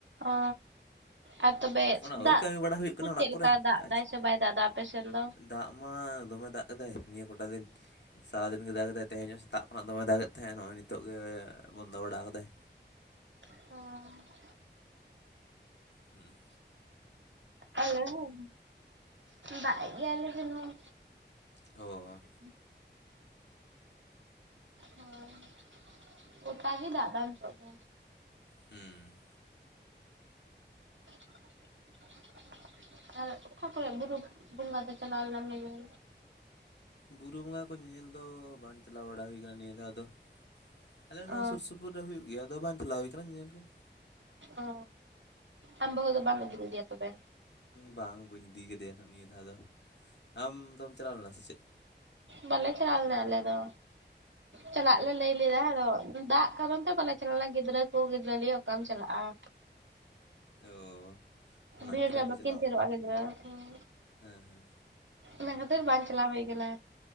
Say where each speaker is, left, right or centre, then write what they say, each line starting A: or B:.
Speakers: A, on the right; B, on the left.
A: ᱚᱻ ᱟᱨ ᱛᱚᱵᱮ
B: ᱚᱱᱟ ᱠᱚᱜᱮ
A: ᱫᱟᱜ
B: ᱠᱟᱹᱢᱤ ᱵᱟᱲᱟ ᱦᱩᱭᱩᱜ ᱠᱟᱱᱟ
A: ᱪᱮᱫ
B: ᱚᱲᱟᱜ
A: ᱞᱮᱠᱟ
B: ᱠᱚᱨᱮ
A: ᱫᱟᱜ
B: ᱟᱨ
A: ᱫᱟᱭ
B: ᱪᱮᱫ
A: ᱥᱮ ᱵᱟᱭ ᱫᱟᱜ ᱫᱟᱭ ᱟᱯᱮ ᱥᱮᱫ ᱫᱚ?
B: ᱫᱟᱜ ᱢᱟ ᱫᱚᱢᱮ ᱫᱟᱜ ᱮᱫᱟᱭ ᱱᱤᱭᱟᱹ ᱠᱚᱴᱟ ᱫᱤᱱ᱾ ᱥᱟᱨᱟ ᱫᱤᱱ ᱜᱮᱭ ᱫᱟᱜ ᱮᱫᱟᱭ ᱛᱮᱦᱮᱧ ᱦᱚᱸ ᱥᱮᱛᱟᱜ ᱠᱷᱚᱱᱟᱜ ᱫᱚᱢᱮ ᱫᱟᱜ ᱮᱫ ᱛᱟᱦᱮᱸᱫ ᱱᱚᱜᱼᱚᱭ ᱱᱤᱛᱚᱜ ᱜᱮ ᱵᱚᱱᱫᱚ ᱵᱟᱲᱟ ᱠᱟᱫᱟᱭ᱾
A: <unintelligible>
B: ᱦᱩᱸ
A: ᱟᱞᱮ ᱦᱚᱸ ᱫᱟᱜ ᱮᱫ ᱜᱮᱭᱟᱭ ᱟᱞᱮ ᱥᱮᱱ ᱦᱚᱸ᱾
B: ᱚ᱾
A: <inaudible> <inaudible> ᱜᱚᱴᱟ ᱜᱮ ᱫᱟᱜ ᱮᱫᱟᱭ ᱱᱤᱛᱚᱜ ᱫᱚ ᱾
B: ᱦᱩᱸ
A: <inaudible> ᱟᱨ ᱚᱠᱟ ᱠᱚᱨᱮ ᱵᱩᱨᱩ ᱵᱚᱸᱜᱟ ᱫᱚ ᱪᱟᱞᱟᱣ ᱞᱮᱱᱟᱢ ᱧᱮᱧᱮᱞ᱾
B: ᱵᱩᱨᱩ ᱵᱚᱸᱜᱟ ᱠᱚ ᱧᱮᱧᱮᱞ ᱫᱚ ᱵᱟᱝ ᱪᱟᱞᱟᱣ ᱵᱟᱲᱟ ᱦᱩᱭ ᱟᱠᱟᱱᱟ ᱱᱤᱭᱟᱹ ᱫᱷᱟᱣ ᱫᱚ, ᱟᱞᱮ ᱱᱚᱣᱟ
A: ᱚ
B: ᱥᱩᱨ ᱥᱩ ᱯᱩᱨ ᱨᱮ ᱦᱩᱭᱩᱜ ᱜᱮᱭᱟ ᱟᱫᱚ ᱵᱟᱝ ᱪᱟᱞᱟᱣ ᱦᱩᱭ ᱠᱟᱱᱟ ᱧᱮᱧᱮᱞ ᱜᱮ ᱾
A: ᱚ ᱟᱢ ᱵᱟᱦᱩ ᱫᱚ ᱵᱟᱢ ᱤᱫᱤ ᱞᱮᱫᱮᱭᱟ ᱛᱚᱵᱮ?
B: ᱵᱟᱝ ᱵᱟᱹᱧ ᱤᱫᱤ ᱠᱟᱫᱮᱭᱟ ᱦᱟᱜ ᱱᱤᱭᱟᱹ ᱫᱷᱟᱣ ᱫᱚ᱾ ᱟᱢ ᱫᱚᱢ ᱪᱟᱞᱟᱣ ᱞᱮᱱᱟ ᱥᱮ ᱪᱮᱫ?
A: ᱵᱟᱞᱮ ᱪᱟᱞᱟᱣ ᱞᱮᱱᱟ ᱟᱞᱮ ᱫᱚ᱾ ᱪᱟᱞᱟᱜ ᱞᱮ ᱞᱟᱹᱭ ᱞᱮᱫᱟ ᱟᱫᱚ ᱫᱟᱜ ᱠᱟᱨᱚᱱ ᱛᱮ ᱵᱟᱞᱮ ᱪᱟᱞᱟᱣ ᱞᱮᱱᱟ ᱜᱤᱫᱽᱨᱟᱹ ᱠᱚ ᱜᱤᱫᱽᱨᱟᱹ ᱱᱤᱭᱟᱹ ᱚᱠᱟᱢ ᱪᱟᱞᱟᱜᱼᱟ᱾
B: ᱚ᱾ ᱚᱱᱟ
A: ᱵᱷᱤᱲᱨᱮ
B: ᱠᱷᱟᱹᱛᱤᱨ ᱵᱟᱯᱮ
A: ᱵᱟᱠᱤᱱ
B: ᱪᱟᱞᱟᱣᱟ
A: ᱛᱷᱤᱨᱚᱜ-ᱟ ᱜᱤᱫᱽᱨᱟᱹ, ᱦᱩᱸ᱾
B: ᱦᱮᱸ ᱦᱮᱸ
A: ᱚᱱᱟᱹ ᱠᱷᱟᱛᱤᱨ ᱵᱟᱝ ᱪᱟᱞᱟᱣ ᱦᱩᱭ ᱠᱟᱱᱟ᱾